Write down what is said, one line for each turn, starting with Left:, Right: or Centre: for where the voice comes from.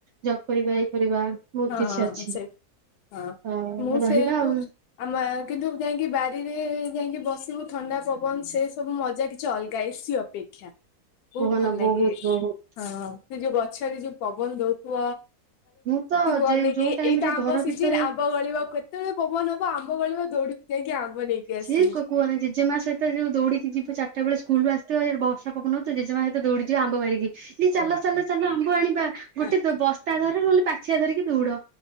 Right: ଜବ୍ କରିବା ଇଏ କରିବା। ବହୁତ
Left: ହଁ
Right: କିଛି ଅଛି।
Left: ସେ ହଁ
Right: ହଁ
Left: ମୁଁ
Right: ରହିବା
Left: ସେଇଆକୁ
Right: ଆଉ
Left: ଆମ କିନ୍ତୁ ଯାଇକି ବାରିରେଏ ଏ ଯାଇକି ବସିବୁ ଥଣ୍ଡା ପବନ ସେ ସବୁ ମଜା କିଛି ଅଲଗା ଏସିି ଅପେକ୍ଷା ବହୁତ
Right: କୁହନା
Left: ଭଲ ଲାଗେ
Right: ବହୁତ
Left: ହଁ।
Right: ବହୁତ
Left: ସେ ଯୋଉ ଗଛରେ ଯୋଉ ପବନ ଦଉଥିବ
Right: ମୁଁ ତ
Left: ବନେଇକି
Right: ଯେ ଯୋଉ ଟାଇମ
Left: ଏଇତ
Right: ରେ
Left: ଆମ୍ବ
Right: ଘର
Left: ସିଜିିନ
Right: ଭିତରେ
Left: ଆମ୍ବ ଗଳିବ କେତେବେଳେ ପବନ ହବ ଆମ୍ବ ଗଳିବ ଦୋଉଡ଼ିବୁ ଯାଇକି ଆମ୍ବ ନେଇକି ଆସିବୁ
Right: ସିଏ କ କୁହନା ଜେଜେମା ସହିତ ଯୋଉ ଦୌଡିକି ଯିବେ ଚାରଟା ବେଳେ ସ୍କୁଲରୁ ଆସିକି ଥିବ ଯୋଉଠି ବର୍ଷା ପବନ ହେଉଥିବ ଜେଜେମା ସହିତ ଦୌଡ଼ିଯିବ ଆମ୍ବ ବାରିକି। ଏଇ ଚାଲ ଚାଲ ଚାଲ ଆମ୍ବ ଆଣିବା
Left: ହଁ
Right: ଗୋଟେ ବସ୍ତା ଧର ନହେଲେ ପାଛିଆ ଧରିକି ଦୌଡ଼।